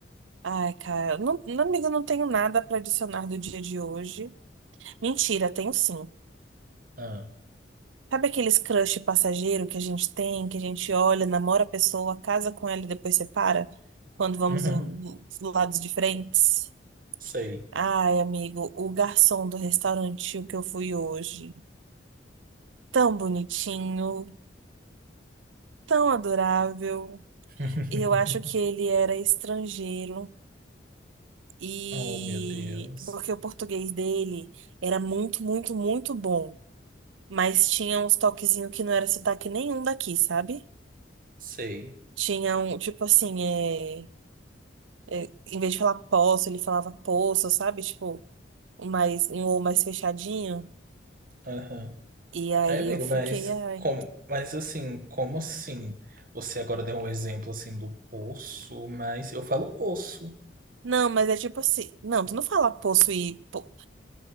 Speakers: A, on the right (about 80°); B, on the right (about 45°).
A: Ai, cara, não, não, amiga, eu não tenho nada pra adicionar do dia de hoje. Mentira, tenho sim.
B: Ah,
A: Sabe aqueles crush passageiro que a gente tem, que a gente olha, namora a pessoa, casa com ela e depois separa? Quando vamos
B: uhum,
A: em lados diferentes?
B: sei.
A: Ai, amigo, o garçom do restaurante que eu fui hoje. Tão bonitinho, tão adorável.
B: <laughs>
A: E eu acho que ele era estrangeiro. E
B: Oh, meu Deus.
A: porque o português dele era muito, muito, muito bom. Mas tinha uns toquezinhos que não era sotaque nenhum daqui, sabe?
B: Sei.
A: Tinha um, tipo assim, é é, em vez de falar posso, ele falava poço, sabe? Tipo, um mais, um ou mais fechadinho.
B: Aham.
A: E aí
B: Aí, amigo,
A: eu fiquei,
B: mas
A: ai.
B: como, mas assim, como assim? Você agora deu um exemplo assim do poço, mas eu falo poço.
A: Não, mas é tipo assim. Não, tu não fala posso e. po-